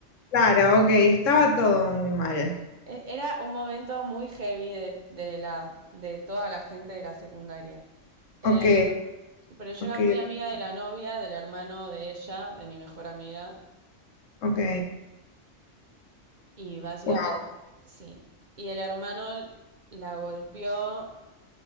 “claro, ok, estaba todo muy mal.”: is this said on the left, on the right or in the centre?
Left